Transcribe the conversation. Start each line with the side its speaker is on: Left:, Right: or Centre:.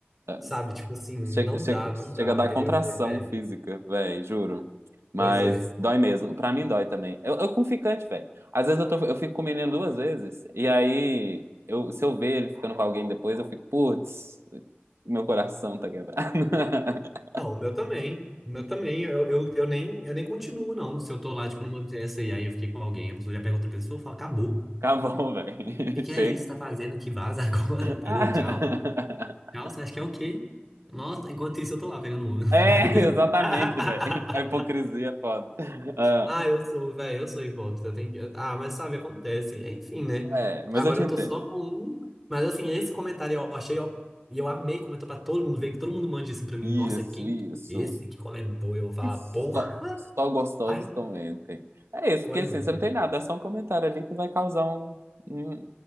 Right: É,
Centre: sabe? Tipo assim, não
Right: Chega, chega,
Centre: dá, não
Right: chega
Centre: dá,
Right: a dar
Centre: entendeu?
Right: contração
Centre: Eu falei, velho,
Right: física, velho, juro. Mas
Centre: pois é.
Right: dói mesmo. Pra mim dói também. Eu, eu com ficante, velho. Às vezes eu, tô, eu fico com o menino duas vezes, e aí eu, se eu ver ele ficando com alguém depois, eu fico, putz, meu coração tá quebrado. <laughs>
Centre: Não, o meu também. O meu também. Eu, eu, eu nem, eu nem continuo, não. Se eu tô lá, tipo, numa festa e aí eu fiquei com alguém, a pessoa já pega outra pessoa e fala, acabou. O
Right: Acabou, velho.
Centre: que que
Right: <laughs> Chega.
Centre: é isso? que Tá fazendo aqui? Vaza agora, <laughs> entendeu?
Right: Ah.
Centre: Tchau. Tchau, você acha que é o quê? Nossa, enquanto isso eu tô lá pegando o olho.
Right: É, exatamente,
Centre: <laughs>
Right: velho. A hipocrisia é foda. Ah,
Centre: Ah, eu sou, velho, eu sou hipócrita. eu que... Ah, mas sabe, acontece. Enfim, né?
Right: é, mas
Centre: Agora
Right: eu te
Centre: eu
Right: entendo.
Centre: tô só com um. Mas assim, esse comentário eu achei, ó. E eu amei, comentou pra todo mundo ver, que todo mundo mande assim pra mim.
Right: Isso,
Centre: Nossa, quem?
Right: isso.
Centre: Esse que comentou, eu vou falar,
Right: E Só,
Centre: porra.
Right: só gostosos
Centre: Ai,
Right: comentem. É isso,
Centre: Pois
Right: porque assim, você
Centre: é,
Right: não tem nada, é só um comentário ali que vai causar um, um,